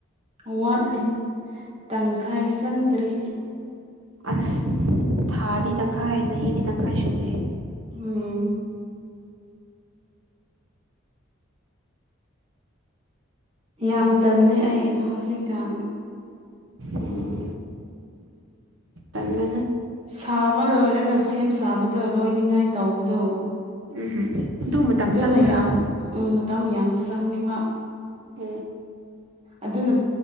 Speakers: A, on the right; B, on the right.
A: ꯋꯥꯠꯂꯤ ꯇꯪꯈꯥꯏ ꯆꯪꯗ꯭ꯔꯤ
B: ꯑꯁ ꯊꯥꯗꯤ ꯇꯪꯈꯥꯏ ꯆꯍꯤꯗꯤ ꯇꯪꯈꯥꯏ ꯁꯨꯔꯦ꯫
A: ꯎꯝ ꯌꯥꯝ ꯇꯜꯂꯤ ꯑꯩ ꯍꯧꯖꯤꯛꯀꯥꯟ
B: ꯎꯝ ꯇꯗꯅ
A: ꯁꯥꯕ ꯂꯣꯏꯔꯒ ꯁꯦꯝ ꯁꯥꯕꯗꯣ ꯂꯣꯏꯅꯤꯉꯥꯏ ꯇꯧꯕꯗꯣ
B: ꯎꯝ ꯑꯗꯨ ꯃꯇꯝ
A: ꯑꯗꯨꯅ
B: ꯆꯪꯕ꯭ꯔꯥ
A: ꯌꯥꯝ ꯃꯇꯝ ꯌꯥꯝ ꯆꯪꯉꯕ
B: ꯎꯝ
A: ꯑꯗꯨꯅ